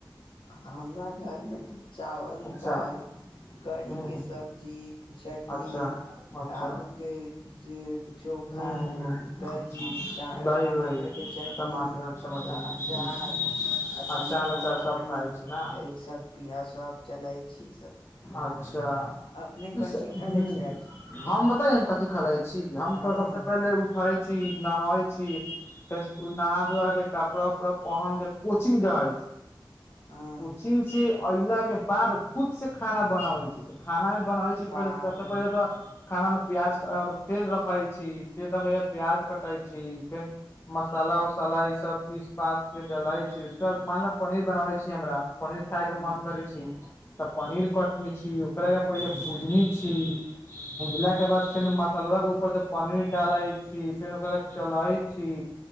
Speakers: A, on the left; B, on the left.
A: हमरा घरमे तऽ चावल
B: अच्छा
A: दाल कढ़ी
B: हूँ
A: के सब्जी चटनी
B: अच्छा अच्छा
A: आलू के जे चोखा
B: हूँ हूँ
A: दही
B: अच्छा
A: टमाटर
B: दही वही
A: के चटनी
B: टमाटर टमाटर
A: अचार आ ठंडा
B: अचार उचार
A: ठंडा
B: सब
A: पानी हूं
B: खाइ छै ने
A: एहि सब पिहसब चलैइ छी सब
B: अच्छा
A: अपने
B: ईस
A: कंची खा
B: हूं
A: ले छी आज
B: हम बताइन कथी खेलइ छी हम
A: हँ
B: तऽ सबसे पहिले उठल उठैइ छी नहाइ छी फेर नहा धोआ के कपड़ा उपड़ा पहनक के कोचिंग जाई
A: हँ
B: कोचिंग से अइला के बाद खुद से खाना बनाबै छी खाना भी बनाबैइ छी
A: बाप
B: पहिले सबसे
A: रे
B: पहिले तऽ खाना में प्याज मलब तेल रखैइ छी तेल तनका प्याज कटैइ छी फेर मसाला उसाला ई सब पीस पास के डालैइ छी मान ल पनीर बनाबे हमरा पनीर खाय के
A: हँ
B: मन करैइ छी तँ पनीर कटनी छी ओकरा के पहिले भुजनी छी भुजला के बाद फेर मसाला के ऊपर जब पनीर डालै छी फेर ओकरा बाद चलैइ छी